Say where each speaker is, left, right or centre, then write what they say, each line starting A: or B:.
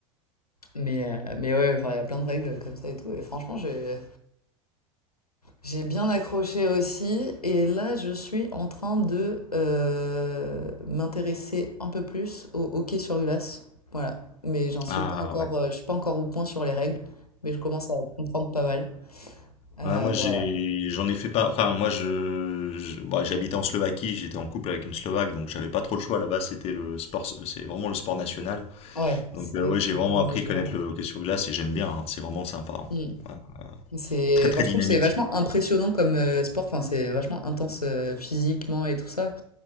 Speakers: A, on the left; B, on the left.
A: Mais, euh, mais ouais, enfin, il y a plein de règles comme ça et tout. Et franchement, j'ai J'ai bien accroché aussi, et là je suis en train de euh, m'intéresser un peu plus au hockey sur glace. Voilà, mais j'en suis
B: Ah
A: pas encore,
B: ouais.
A: euh, je suis pas encore au point sur les règles, mais je commence à comprendre pas mal. Euh,
B: Ouais, moi j'ai
A: voilà.
B: j'en ai fait pas enfin moi je je- bon, j'habitais en Slovaquie, j'étais en couple avec une Slovaque donc j'avais pas trop le choix là-bas, c'était le sport c'est vraiment le sport national.
A: Ouais,
B: Donc
A: c'est
B: euh,
A: vrai
B: ouais,
A: qu'ils
B: j'ai
A: sont
B: vraiment
A: pas mal
B: appris
A: de
B: à
A: joueurs.
B: connaître
A: hein.
B: le hockey sur glace et j'aime bien, hein, c'est vraiment sympa. hein.
A: Mm.
B: Ouais.
A: C'est,
B: Très très
A: enfin, je
B: dynamique.
A: trouve que c'est vachement impressionnant comme euh, sport. Enfin, c'est vachement intense euh, physiquement et tout ça.